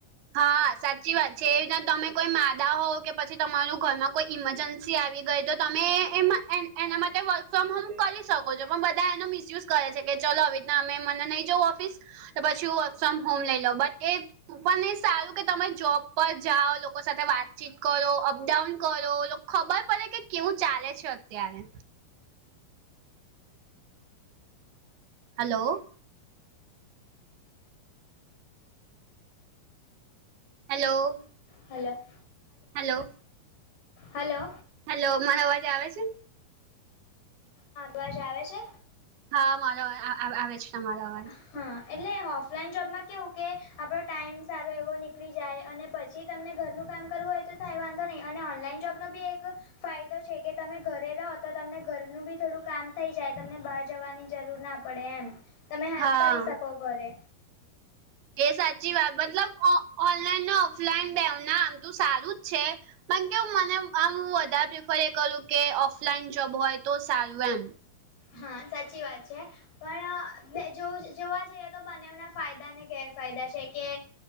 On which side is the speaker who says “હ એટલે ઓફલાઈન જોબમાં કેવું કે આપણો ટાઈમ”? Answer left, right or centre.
Left